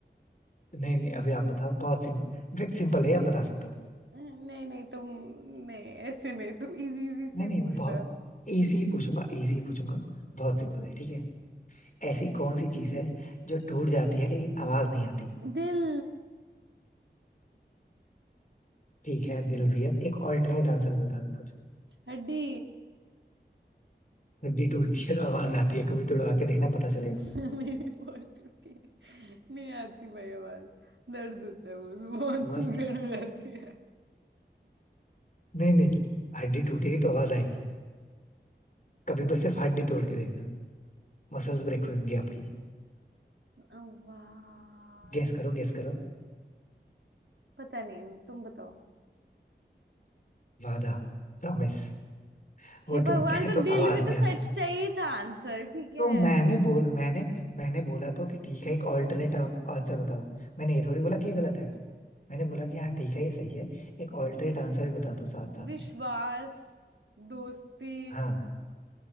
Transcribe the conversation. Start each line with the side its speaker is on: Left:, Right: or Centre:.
Left: नहीं नहीं अभी आप बताओ बहुत सिंपल इनफैक्ट सिंपल है आप बता सकते हो
Right: नहीं नहीं तुम नहीं ऐसे नहीं तुम इजी इजी
Left: नहीं
Right: से
Left: नहीं
Right: पूछना
Left: बहुत इजी ही पूछूंगा इजी ही पूछूंगा बहुत सिंपल है ठीक है ऐसी कौन सी चीज है जो टूट जाती है लेकिन आवाज नहीं आती
Right: दिल
Left: ठीक है दिल भी है एक ऑल्टरनेट आंसर बता दो फिर
Right: हड्डी
Left: हड्डी टूटती है तो आवाज आती है कभी तोड़वा के देखना पता चलेगा
Right: <laughs> मेरी बहुत टूटी है। नहीं आती भाई आवाज दर्द होता है बस बहुत
Left: बस
Right: सूजन हो जाती है
Left: नहीं नहीं हड्डी टूटेगी तो आवाज आएगी कभी बस सिर्फ हड्डी तोड़ के देखना मसल्स ब्रेक हुई होंगी आपकी
Right: आवाज
Left: गेस करो गेस करो
Right: पता नहीं तुम बताओ
Left: वादा प्रॉमिस वो
Right: हे भगवान
Left: टूटता है
Right: तो
Left: तो
Right: दिल
Left: आवाज
Right: भी
Left: नहीं
Right: तो सच
Left: आता
Right: सही था आंसर ठीक है
Left: तो मैंने बोला मैंने मैंने बोला तो कि ठीक है एक ऑल्टरनेट आंसर बताओ मैंने ये थोड़ी बोला कि ये गलत है मैंने बोला कि हाँ ठीक है ये सही है एक ऑल्टरनेट आंसर भी बता दो साथ साथ
Right: विश्वास
Left: में
Right: दोस्ती
Left: हाँ